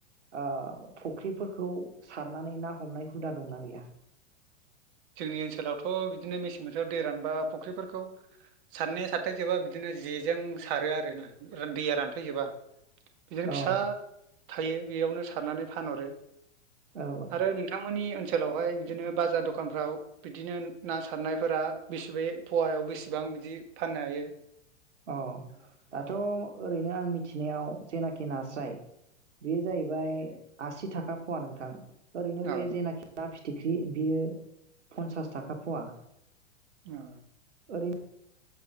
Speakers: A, on the right (about 70°); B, on the right (about 45°).
A: ओ फुख्रिफोरखौ सारनानै ना हमनाय हुदा दंना गैया?
B: जोंनि ओनसोलावथ' बिदिनो मेसें बोथोराव दै रानबा फुख्रिफोरखौ सारनाया सारथायजोबा बिदिनो जेजों सारो आर ना रा दैया रानथायजोबा। बिदिनो फिसा
A: औ
B: थायो बेयावनो सारनानै फानहरो
A: औ
B: आरो नोंथांमोननि ओनसोल सोलावहाय बिदिनो बाजार द दखानफ्राव बिदिनो ना-ना सारनायफोरा बेसेब पवायाव बेसेबां बिदि फाननो हायो?
A: अ दाथ ओरैनो आं मिथिनायाव जेनाखि नास्राय बेयो जाहैबाय आसि थाखा फवा नोंथां। ओरैनो
B: औ
A: बे जेनाखि फि फिथिख्रि बियो पनसास थाखा फुवा
B: औ
A: नो <unintelligible>